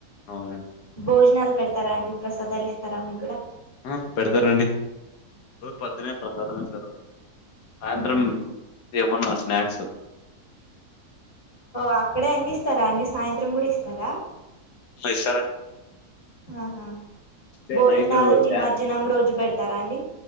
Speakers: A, on the left; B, on the left.
A: అవునండి.
B: భోజనాలు పెడతారా అండి ప్రసాదాలు ఇస్తారా మీకు కూడా
A: ఆ పెడతారండి రోజు పొద్దున్నే ప్రసాదం ఇస్తారు సాయంత్రం
B: ఉహు
A: ఏమన్నా స్నాక్స్
B: ఓ అక్కడే అన్ని ఇస్తారా అండి సాయంత్రం కూడా ఇస్తారా
A: ఇస్తారండి
B: ఆహా
A: అట్లే
B: భోజనాలు
A: నైట్
B: నిమజ్జనం
A: డాన్స్
B: రోజు పెడతారా అండి